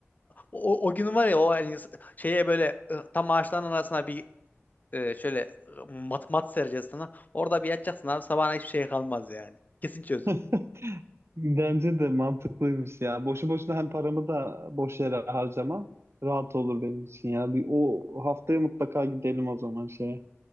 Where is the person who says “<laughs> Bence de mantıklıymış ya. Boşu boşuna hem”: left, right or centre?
Right